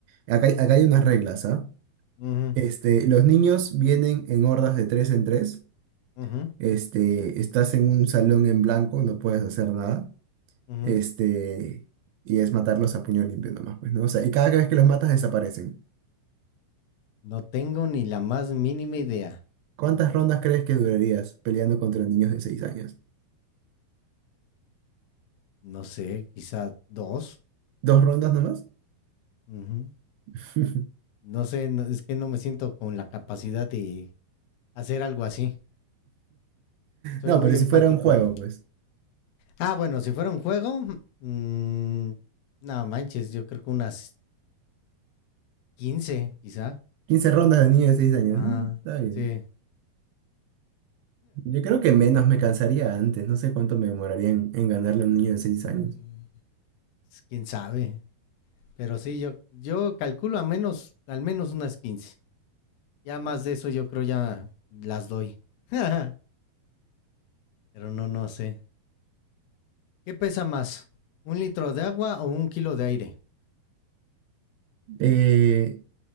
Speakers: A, on the right (about 80°); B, on the left (about 85°).
A: Acá, hay- acá hay unas reglas, ¿ah?
B: Ujú,
A: Este, los niños vienen en hordas de tres en tres.
B: ujú,
A: Este, estás en un salón en blanco, no puedes hacer nada.
B: ujú.
A: Este, y es matarlos a puño limpio nomás, pues, ¿no? O sea, y cada vez que los matas desaparecen.
B: No tengo ni la más mínima idea.
A: ¿Cuántas rondas crees que durarías peleando contra niños de seis años?
B: No sé, quizá dos.
A: ¿Dos rondas nomás?
B: Ujú.
A: <laughs>
B: No sé, no- es que no me siento con la capacidad de hacer algo así. Soy
A: No,
B: muy
A: pero
B: empático.
A: si fuera un juego, pues.
B: Ah, bueno, si fuera un juego, mm, no manches, yo creo que unas 15, quizá.
A: quince rondas de niños de seis años.
B: Ajá,
A: mm, Está bien.
B: sí.
A: Yo creo que menos me cansaría antes. No sé cuánto me demoraría en, en ganarle
B: Mm,
A: a un niño de seis años.
B: pues, Quién sabe. Pero sí, yo, yo calculo a menos, al menos unas 15. Ya más de eso, yo creo ya las doy. <laughs> Pero no, no sé. ¿Qué pesa más? ¿Un litro de agua o un kilo de aire?
A: Eh,